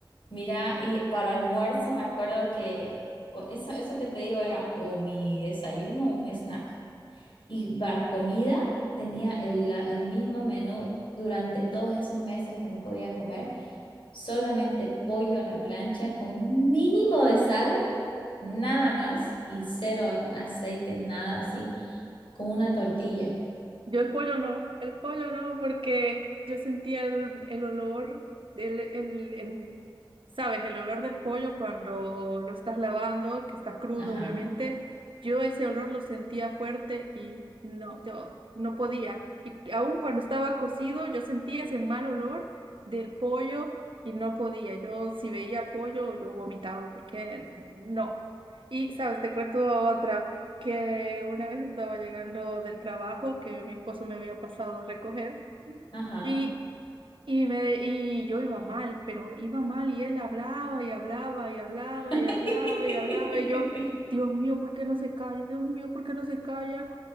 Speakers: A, on the left (about 80°); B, on the right (about 80°).
A: Mira, y para almuerzo me acuerdo que o eso, eso que te digo era o mi desayuno o un snack. Y para comida tenía el, la- el mismo menú durante todos esos meses que no podía comer, solamente pollo a la plancha con un mínimo de sal, nada más, y cero a- aceite, nada así, con una tortilla.
B: Yo el pollo no, el pollo no, porque yo sentía el, el olor, el, el, el- ¿sabes? El olor del pollo cuando lo estás lavando, que está crudo,
A: Ajá,
B: obviamente. Yo ese olor lo sentía fuerte y no, yo no podía. Y aún cuando estaba cocido, yo sentía ese mal olor del pollo y no podía. Yo si veía pollo, yo vomitaba, porque no. Y, ¿sabes? Te cuento otra que una vez estaba llegando del trabajo que mi esposo me había pasado a recoger
A: ajá.
B: y y, me, y yo iba mal, pero iba mal y él hablaba y hablaba y hablaba
A: <laughs>
B: y hablaba y hablaba y yo, Dios mío, ¿por qué no se calla? Dios mío, ¿por qué no se calla?